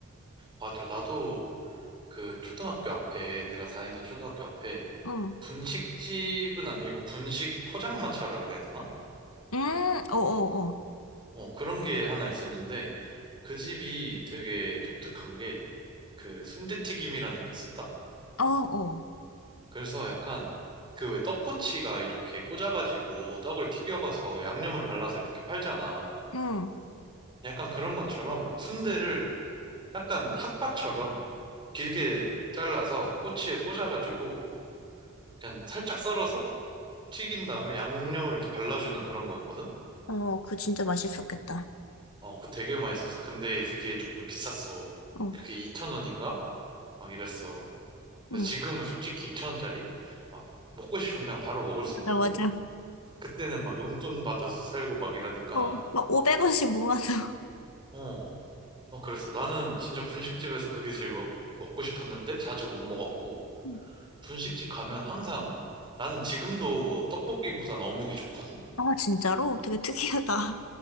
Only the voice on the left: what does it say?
응.
음, 어, 어,
어. 어, 어.
응.
어, 그거 진짜 맛있었겠다.
어,
응.
맞아,
맞아.
어, 막 500원씩 모아서.
음.
아, 진짜로? 되게 특이하다.